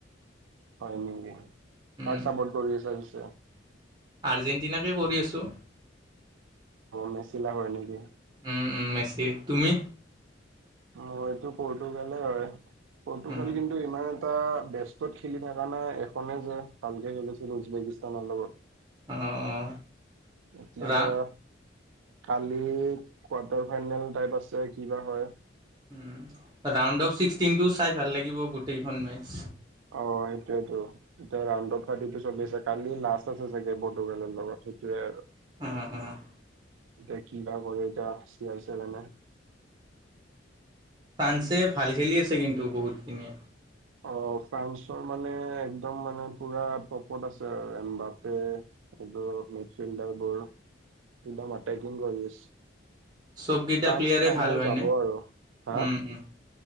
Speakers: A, on the right; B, on the right.
A: হয় নেকি
B: উম,
A: কাক চাপৰ্ট কৰি আছা পিছে।
B: আৰ্জেণ্টিনাকে কৰি আছোঁ।
A: মেচিলা হয় নেকি
B: উম উম মেচি তুমি
A: মইতো পতুৰ্গালে হয় পতুৰ্গালে
B: উম
A: কিন্তু ইমান এটা বেস্তত খেলি থাকা নাই এখনে যে ভালকে খেলিছিলো বেকিস্তানৰ লগত।
B: অ অ
A: এতিয়া
B: ৰা
A: বা কালি কোৱাৰ্টাৰ ফাইনেল টাইপ আছে কিবা হয়।
B: উম ৰাউণ্ড অফ ছিক্সটিনটো চাই ভাল লাগিব গোটেইকেইখন মেছ।
A: অ সেইটোৱেটো। এতিয়া ৰাউড অফ থ্ৰাৰ্টিটো চলি আছে কালি লাষ্ট আছে চাগে পতুৰ্গালৰ লগত সেইটোৱে আৰু
B: উম উম
A: এতিয়া কিবা কৰে এতিয়া চিয়াইছিলেনে
B: ফ্ৰান্সে ভাল খেলি আছে কিন্তু বহুতখিনি
A: অ ফ্ৰান্সৰ মানে একদম মানে পুৰা টপত আছে আৰু এমবাপে এইবোৰ মেছ ফিল্ডাৰ বোৰ একদম এটেকিং কৰি আছে
B: চবকেইটা
A: ফ্ৰান্স
B: প্লেয়াৰে
A: ফাইনেল
B: ভাল হয়নে
A: যাব আৰু হা
B: উম উম।